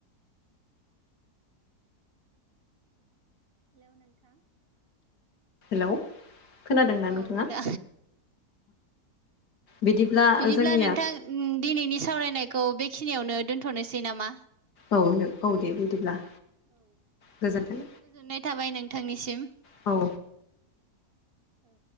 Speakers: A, on the right; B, on the left.
A: हेलेव नाेंथां।
B: हेलौ खोनादोंना
A: औ
B: नोंथाङा?
A: नों दा
B: बिदिब्ला
A: बिदिब्ला
B: जोंनिया
A: नोंथां दिनैनि सावरायनायखौ बेखिनियावनो दोन्थ'नोसै नामा?
B: औनो औ दे बिदिब्ला
A: औ
B: गोजोन्थों
A: गोजोननाय थाबाय नोंथांनिसिम।
B: औ
A: औ